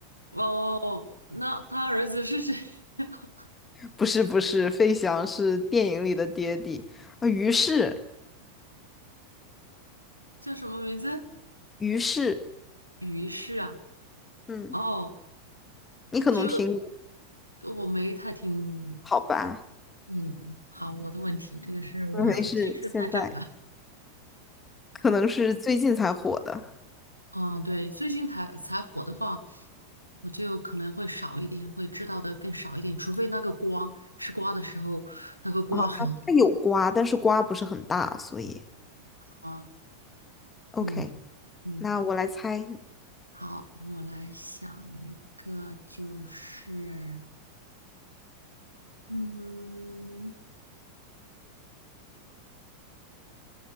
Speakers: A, on the right; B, on the left.
A: 哦，那他儿子是谁？<laughs>
B: 不是不是，费翔是电影里的爹地。啊，于是，
A: 叫什么名字？
B: 于是，
A: 于是啊，
B: 嗯，
A: 哦，
B: 你可能听过，
A: 就我没太听。
B: 好吧？
A: 嗯，好，我的问题，这个是我近视太窄了。
B: 没事，现在。可能是最近才火的。
A: 啊，对，最近才才火的话，我就可能会少一点，会知道的更少一点，除非那个瓜吃瓜的时候，那个瓜很
B: 啊，他他有瓜，但是瓜不是很大，所以
A: 啊，
B: OK。
A: 嗯嗯。
B: 那我来猜，
A: 好，我来想一个，就是，嗯，